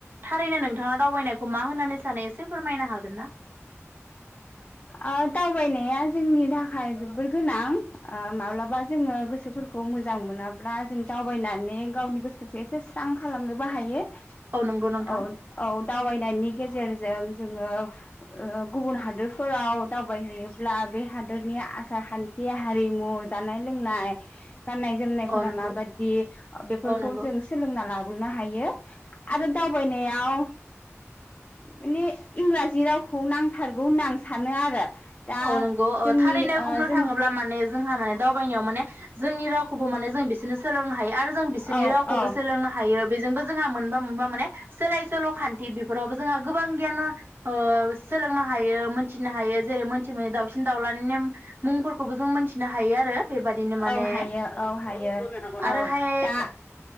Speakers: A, on the right; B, on the left.
A: थारैनो नों नोंथाङा दावबायनायखौ मा होननानै सानो एसे फोरमायनो हागोन ना?
B: ओ दावबायनाया जोंनि थाखाय जोबोर गोनां ओ माब्लाबा जोङो गोसोफोरखौ मोजां मोनाब्ला जों दावबायनानै गावनि गोसोखौ एसे स्रां खालामनोबो हायो।
A: औ नंगौ नोंथां
B: औ औ। दावबायनायनि गेजेरजों जोङो ओ गुबुन हादोरफोराव दावबायहैयोब्ला बे हादोरनि आसार खान्थि हारिमु जानाय लोंनाय गाननाय जोमनायफोरा
A: औ नंगौ
B: माबायदि बेफोरखौ
A: औ नंगौ
B: जों सोलोंना लाबो हमनो हायो आरो दावबायनायाव ओ माने इंराजि राव खौ नांथारगौ होनना आं सानो आरो। दा
A: औ नंगौ
B: जोंनि
A: थारैनो
B: ओ
A: बुंनो
B: जों
A: थाङोब्ला माने जोंहा माने दावबायनायाव माने जोंनि रावखौबो माने जों बिसोरनो सोलोंनो हायो आरो जों बिसोरनि
B: औ
A: रावखौबो
B: औ
A: सोलोंनो हायो। बेजोंबो जोंहा मोनफा मोनफा माने सोलाय सोल' खान्थि बेफोरावबो जोंहा गोबां गियान ओ सोलोंनो हायो थिनो हायो जेरै मोन दाउसिन दाउलानि नेम मुंफोरखौबो जों मोनथिनो हायो आरो बेबादिनो माने
B: औ हायो औ हायो औ
A: आरोहाय
B: दा